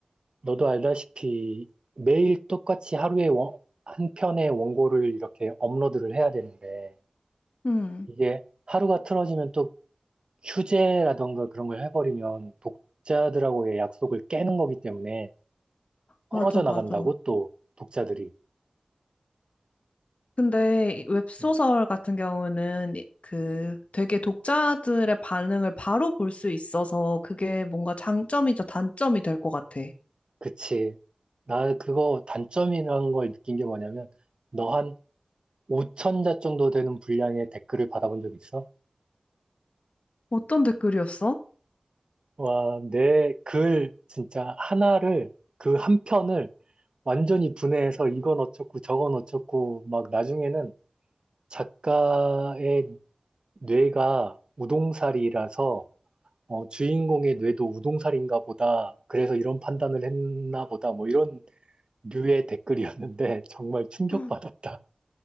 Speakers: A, on the right; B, on the left.
A: 너도 알다시피 매일 똑같이 하루에 원- 한 편의 원고를 이렇게 업로드를 해야 되는데
B: 응.
A: 이게 하루가 틀어지면 또 휴재라던가 그런 걸 해버리면 독자들하고의 약속을 깨는 거기 때문에 떨어져
B: 맞아, 맞아.
A: 나간다고 또 독자들이.
B: 근데 웹소설
A: 음,
B: 같은 경우는 그 되게 독자들의 반응을 바로 볼 수 있어서 그게 뭔가 장점이자 단점이 될 것 같아.
A: 그치. 나 그거 단점이라는 걸 느낀 게 뭐냐면 너 한 5천 자 정도 되는 분량의 댓글을 받아본 적 있어?
B: 어떤 댓글이었어?
A: 와, 내 글 진짜 하나를 그 한 편을 완전히 분해해서 이건 어쩌고 저건 어쩌고 막 나중에는 작가의 뇌가 우동살이라서 어, 주인공의 뇌도 우동살인가 보다. 그래서 이런 판단을 했나 보다. 뭐 이런 류의 댓글이었는데 <laughs> 정말 충격받았다.
B: <laughs>